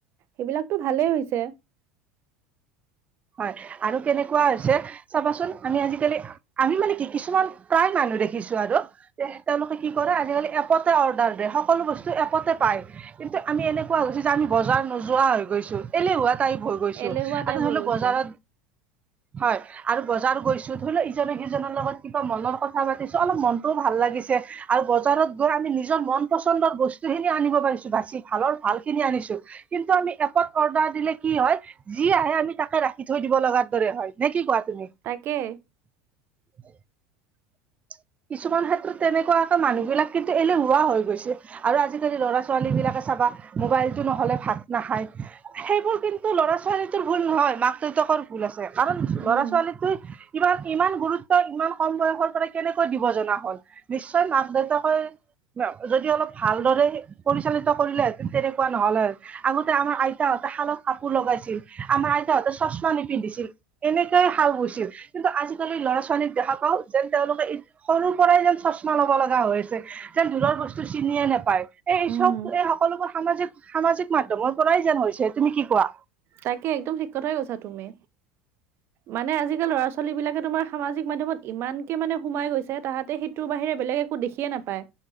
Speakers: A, on the right; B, on the right.
A: এইবিলাকতো ভালেই হৈছে।
B: হয় আৰু কেনেকুৱা হৈছে চাবাচোন আমি আজিকালি আমি মানে কি কিছুমান প্ৰায় মানুহ দেখিছো আৰু তে তেওঁলোকে কি কৰে আজিকালি এক এপতে অৰ্ডাৰ দিয়ে সকলো বস্তু এপতে পায় কিন্তু আমি এনেকুৱা হৈ গৈছো যে আমি বজাৰ নোযোৱা হৈ গৈছ এলেহুৱা টাইপ হৈ গৈছো
A: এলেহুৱা
B: আমি
A: টাইপ
B: ধৰিলেও
A: হৈ গৈছো
B: বজাৰত হয় আৰু বজাৰ গৈছো ধৰি লও ইজনে সিজনৰ লগত কিবা মনৰ কথা পাতিছো অলপ মনতটোও ভাল ভাল লাগিছে আৰু বজাৰত গৈ আমি নিজৰ মন পচন্দৰ বস্তু খিনি আনিব পাৰিছো বাচি ভালৰ ভাল খিনি খিনি আনিছোঁ কিন্তু আমি এপত অৰ্ডাৰ দিলে কি হয় যি আহে আমি তাকে ৰাখি থৈ দিব লগাৰ দৰে হয় নে কি কোৱা? তুমি
A: তাকে।
B: <inaudible> কিছুমান ক্ষেত্ৰত তেনেকুৱা আকৌ মানুহ বিলাক কিন্তু এলেহুৱা হৈ গৈছে আৰু আজিকালি ল'ৰা ছোৱালী বিলাকে চাবা মোবাইলটো নহলে ভাত নাখায় সেইবোৰ কিন্তু ল'ৰা ছোৱালীটোৰ ভুল নহয় মাক দেউতাকৰ ভুল আছে কাৰণ
A: উম
B: ল'ৰা ছোৱালীটো ইমান, ইমান গুৰুত্ব ইমান কম বয়সৰ পৰা কেনেকৈ দিব জনা হল নিশ্চয় মাক দেউতাকে যদি অলপ ভালদৰে পৰিচালিত কৰিলেহেতেন তেনেকুৱা নহ'ল হৈ আগতে আমাৰ আই আইতা হ'তে শালত কাপোৰ লগাইছিল আমাৰ তাহঁতে চশমা নিপিন্ধিছিল এনেকুৱাই শাল বৈছিল, কিন্তু আজিকালি ল'ৰা ছোৱালীক দেখা পাওঁ যেন তেওঁলোকে সৰুৰ পৰাই যেন চশমা লব লগা হৈছে যেন দূৰৰ বস্তু চিনিয়ে নাপায় পাই এই
A: উম
B: চব এই সকলোবোৰ সামাজিক সামাজিক মাধ্যমৰ পৰাই যেন হৈছে তুমি কি কোৱা?
A: তাকে একদম ঠিক কথাই গৈছা তুমি, মানে আজিকালি ল'ৰা ছোৱালী বিলাকে তোমাৰ সামাজিক মাধ্যমত ইমানকে মানে সোমাই গৈছে তাহাতে সেইটো বাহিৰে বেলেগ একো দেখিয়ে নাপায়